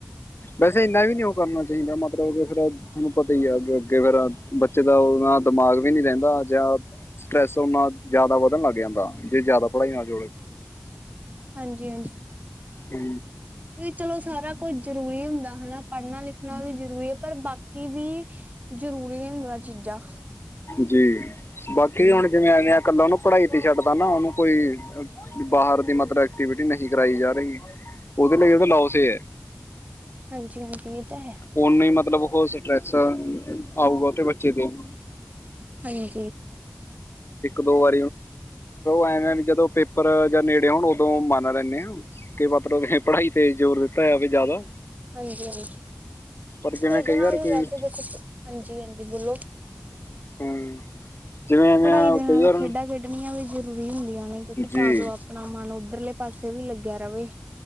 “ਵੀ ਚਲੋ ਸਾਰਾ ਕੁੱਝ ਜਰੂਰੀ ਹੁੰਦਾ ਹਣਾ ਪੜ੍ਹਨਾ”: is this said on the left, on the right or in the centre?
Right